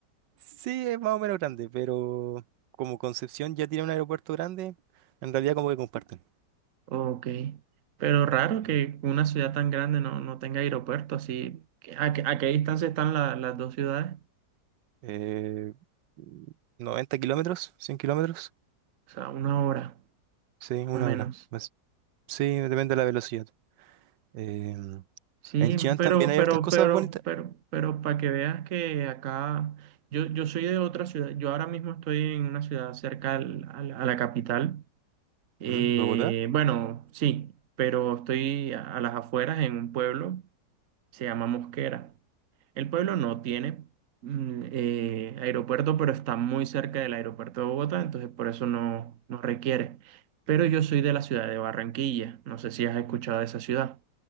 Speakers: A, on the right; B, on the right.
A: Sí, es más o menos grande, pero como Concepción ya tiene un aeropuerto grande, en realidad como que comparten.
B: Ok, pero raro
A: Eh,
B: que una ciudad tan grande no, no tenga aeropuerto, así, ¿a, qué a qué distancia están la- las dos ciudades?
A: eh, 90 kilómetros, 100 kilómetros,
B: O sea, una hora
A: sí, una
B: o menos.
A: hora. Pues, sí, depende de la velocidad. Em,
B: Sí,
A: en Chillán
B: pero,
A: también hay
B: pero,
A: hartas cosas
B: pero,
A: bonitas.
B: pero, pero, para que veas que acá, yo, yo soy de otra ciudad, yo ahora mismo estoy en una ciudad cerca al- a la a la capital, Eh,
A: ¿Mm? ¿Bogotá?
B: bueno, sí, pero estoy a, a las afueras en un pueblo se llama Mosquera. El pueblo no tiene mm, eh, aeropuerto, pero está muy cerca del aeropuerto de Bogotá, entonces por eso no, no requiere. Pero yo soy de la ciudad de Barranquilla, no sé si has escuchado de esa ciudad.